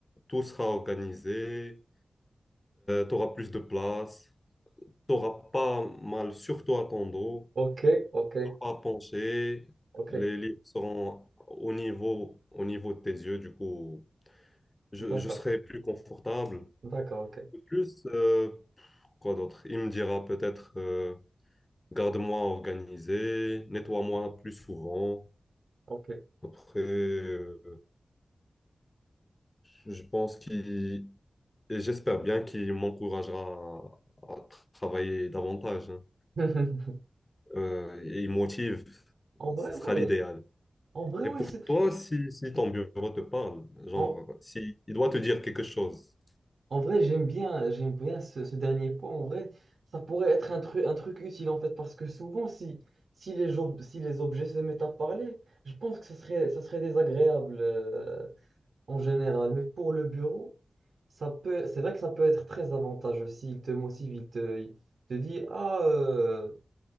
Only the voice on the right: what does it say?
Ok, ok,
ok.
D'accord,
d'accord, ok,
ok.
<laughs>
En vrai,
ouais,
en vrai,
ouais,
c'est-
en,
en vrai, j'aime bien, j'aime bien ce, ce dernier point. En vrai, ça pourrait être un truc, un truc utile en fait, parce que souvent, si, si les ob- si les objets se mettent à parler, je pense que ça serait, ça serait désagréable euh, en général. Mais pour le bureau, ça peut, c'est vrai que ça peut être très avantageux s'il te motive, il te, il te dit, ah. euh,